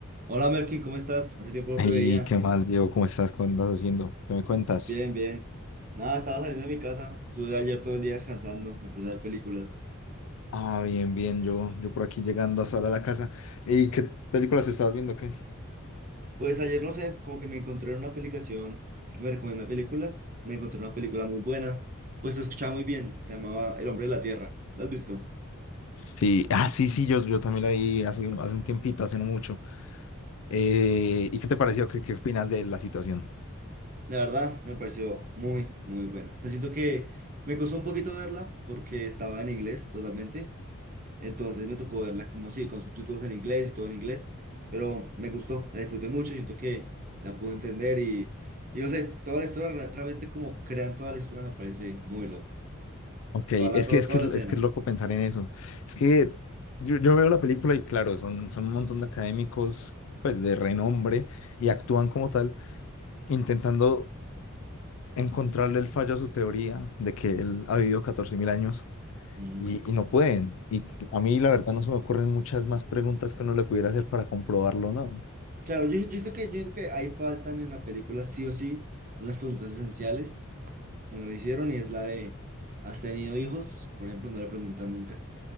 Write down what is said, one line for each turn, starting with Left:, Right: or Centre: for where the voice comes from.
Right: Hola Melkin, ¿cómo estás? Hace tiempo no
Left: ¿Y
Right: te veía.
Left: qué más, Diego? ¿Cómo estás? ¿Cómo andas haciendo? ¿Qué me cuentas?
Right: Bien, bien. Nada, estaba saliendo de mi casa. Estuve ayer todo el día descansando. Me puse a ver películas.
Left: Ah, bien, bien. Yo, yo por aquí llegando hasta ahora a la casa. ¿Y qué películas estabas viendo? ¿Qué?
Right: Pues ayer no sé, como que me encontré en una aplicación que me recomienda películas. Me encontré una película muy buena. Pues se escuchaba muy bien. Se llamaba El Hombre de la Tierra. ¿La has visto?
Left: Sí, ah, sí, sí, yo, yo también la vi hace, un- hace un tiempito, hace no mucho. Eh, ¿y qué te pareció? ¿Qué, qué opinas de la situación?
Right: La verdad, me pareció muy, muy buena. O sea, siento que me costó un poquito verla porque estaba en inglés totalmente. Entonces me tocó verla como sí, con subtítulos en inglés y todo en inglés, pero me gustó, la disfruté mucho, siento que la pude entender y, y no sé, toda la historia, re- realmente como crean toda la historia me parece muy loco,
Left: Ok,
Right: toda
Left: es
Right: la, toda,
Left: que, es
Right: toda
Left: que, es
Right: la escena.
Left: que es loco pensar en eso. Es que yo, yo veo la película y claro, son, son un montón de académicos, pues de renombre, y actúan como tal, intentando encontrarle el fallo a su teoría de que él ha vivido 14.000 años
Right: Ujú.
Left: y, y no pueden. Y a mí la verdad no se me ocurren muchas más preguntas que uno le pudiera hacer para comprobarlo, o ¿no?
Right: Claro, yo, yo siento que, yo siento que ahí faltan en la película sí o sí unas preguntas esenciales que no le hicieron y es la de, ¿has tenido hijos? Por ejemplo, no le preguntan nunca.